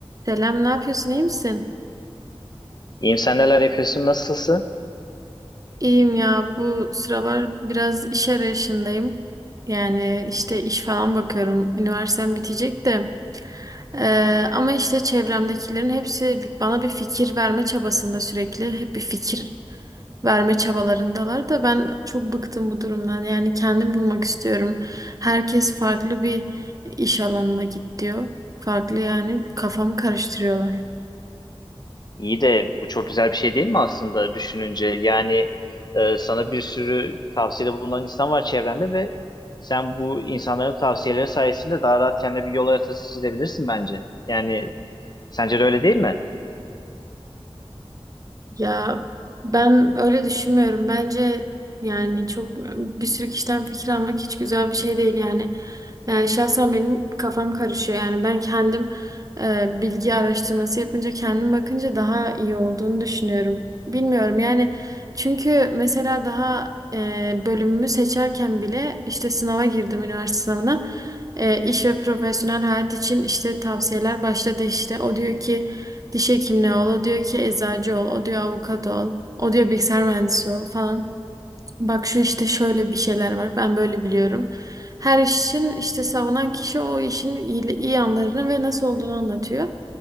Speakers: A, on the right (about 35°); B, on the left (about 45°).
A: Selam, ne yapıyorsun? İyi misin?
B: İyiyim sen neler yapıyorsun nasılsın?
A: İyiyim ya. Bu sıralar biraz iş arayışındayım. Yani işte iş falan bakıyorum. Üniversitem bitecek de. Ee, ama işte çevremdekilerin hepsi bana bir fikir verme çabasında sürekli. Hep bir fikir verme çabalarındalar da ben çok bıktım bu durumdan. Yani kendim bulmak istiyorum. Herkes farklı bir iş alanına git diyor. Farklı yani kafamı karıştırıyorlar.
B: İyi de bu çok güzel bir şey değil mi aslında düşününce? Yani e, sana bir sürü tavsiyede bulunan insan var çevrende ve sen bu insanların tavsiyeleri sayesinde daha rahat kendine bir yol haritası çizebilirsin bence. Yani sence de öyle değil mi?
A: Ya ben öyle düşünmüyorum. Bence yani çok bir sürü kişiden fikir almak hiç güzel bir şey değil yani. E, şahsen benim kafam karışıyor. Yani ben kendim e, bilgi araştırması yapınca kendim bakınca daha iyi olduğunu düşünüyorum. Bilmiyorum yani çünkü mesela daha e, bölümümü seçerken bile işte sınava girdim üniversite sınavına. E, iş ve profesyonel hayat için işte tavsiyeler başladı işte. O diyor ki Diş hekimliği ol, o diyor ki eczacı ol, o diyor avukat ol, o diyor bilgisayar mühendisi ol falan. Bak şu işte şöyle bir şeyler var, ben böyle biliyorum. Her iş için işte savunan kişi o işin iyi, iyi yanlarını ve nasıl olduğunu anlatıyor.